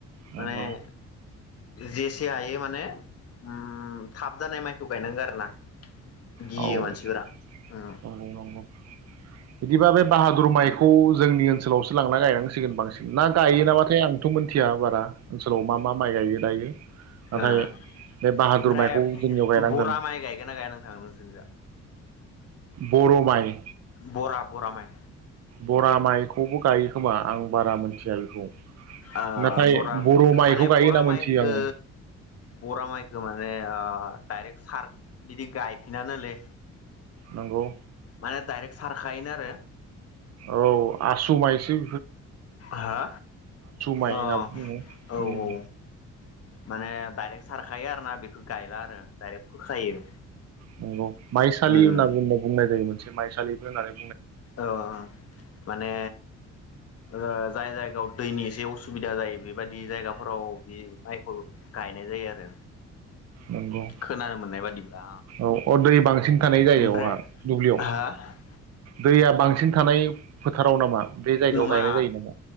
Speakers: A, on the right; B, on the left.
A: नंगौ
B: माने जेसे हायो माने उम थाब जानाय माइखौ गायनांगो आरो ना गियो
A: औ
B: मानसिफोरा ओ
A: नंगौ नंगौ बिदिबा बे बाहादुर माइखौ जोंनि ओनसोलाव लांना गायनांसिगोन बांसिन ना गायो नामाथाय आंथ' मिथिया बारा फोराव मा मा माइ गायो दायो नाथाय
B: ओ ओमफ्राय
A: बे बाहादुर माइखौ जोंनियाव गायनांगोन
B: बरा माइ गायगोन ना गाया नोंथां नोंसोरनि जा
A: बर' माइ
B: बरा बरा माइ
A: बरा माइखौबो गायो खोमा आं बारा मोनथिया बेखौ
B: औ
A: नाथाय
B: बरा
A: बर' माइखौ
B: माने
A: गायो
B: बरा
A: होनना
B: माइखो
A: मोनथियो आङो
B: बरा माइखो माने डाइरेक्ट सार बिदि गायफिनानोलै
A: नंगौ
B: माने डाइरेक्ट सारखायोनो आरो
A: औ आसु माइसि
B: हा
A: माइ
B: अ
A: होनना बुङो
B: औ
A: उम
B: औ माने डाइरेक्ट सारखायो आरो ना बेखौ गायला आरो डाइरेक्ट फोखायो
A: नंगौ माइसालि
B: उम
A: होनना बुंना बुंनाय जायो मोनसे माइसालि होनानै
B: औ माने जाय जायगायाव दैनि एसे असुबिदा जायो बेबायदि जायगाफोराव बे माइखौ गायनाय जायो आरो
A: नंगौ
B: खोनानो मोननाय बादिब्ला
A: औ अ दै बांसिन थानाय जायगायावहा
B: ओमफ्राय
A: दुब्लियाव
B: हा
A: दैया बांसिन बांसिन थानाय फोथाराव नामा बे जायगायाव
B: नङा
A: गायनाय जायो नामा